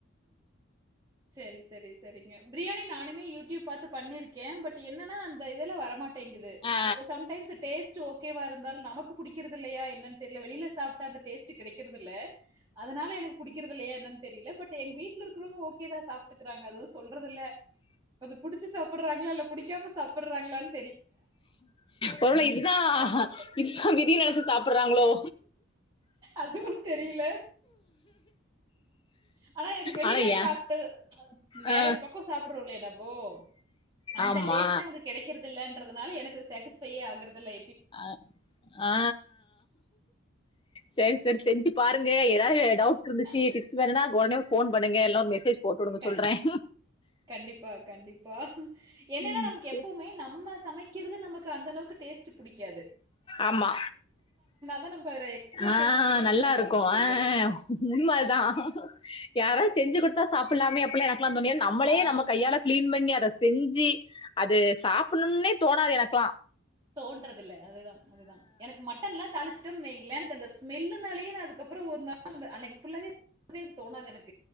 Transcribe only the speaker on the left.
ஆ
ஒருவேல இதுதா
இதுதா விதின்னு நெனச்சு சாப்ருறாங்களோ
ஆனா ஏ
ஆ
ஆமா
அ ஆ செரி செரி செஞ்சு பாருங்க ஏதாவ டவுட் இருந்துச்சு
டிப்ஸ் வேணும்னா உடனே ஃபோன் பண்ணுங்க இல்லனா ஒரு மெசேஜ் போட்டு விடுங்க
சொல்றேன்
ம்
செ
ஆமா
ஆ
நல்லா
இருக்கும்
ஆ உண்மைதான் யாரும் செஞ்சு குடுத்தா சாப்பிடலாமே அப்டிலாம் எனக்கெல்லாம் தோனும் நம்மளே
நம்ம கையால கிளீன் பண்ணி அத செஞ்சு அது சாப்பிடணும்னே தோணாது எனக்கெல்லாம்